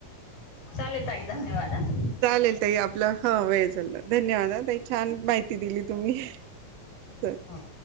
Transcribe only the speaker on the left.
चाले तई धन्यवाद.
हा.